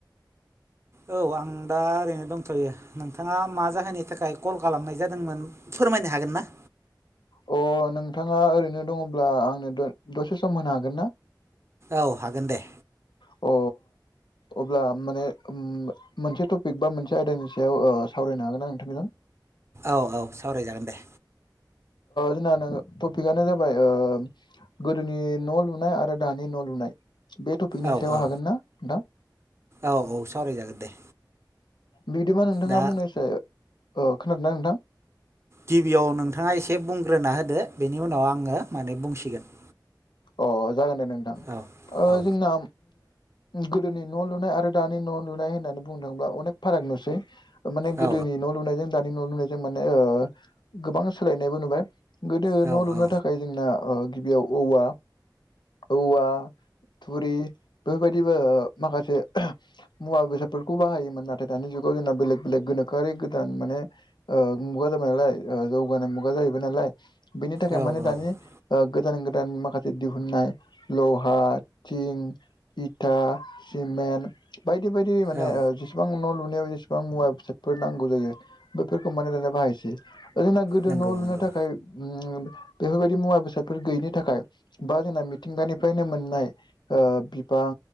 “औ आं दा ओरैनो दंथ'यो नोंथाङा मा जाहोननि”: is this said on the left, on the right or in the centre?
Right